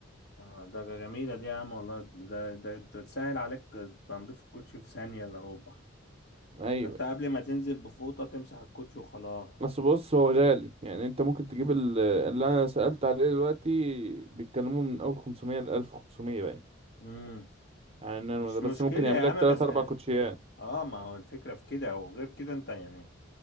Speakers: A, on the left (about 55°); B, on the right (about 30°).
A: آه، ده جميلة دي يا عم والله ده ده ده تسهل عليك تنظيف الكوتشي في ثانية إلا ربع
B: ايوه
A: انت
B: يعني.
A: قبل ما تنزل بفوطة تمسح الكوتشي وخلاص
B: بس بص هو غالي يعني انت ممكن تجيب ال- اللي انا سألت عليه دلوقتي بيتكلموا من اول 500 ل 1500 باين
A: امم
B: على النانو
A: مش
B: ده بس
A: مشكلة
B: ممكن يعمل
A: يا عم
B: لك 3
A: بس
B: 4 كوتشيات
A: اه ما هو الفكرة في كده وغير كده انت يعني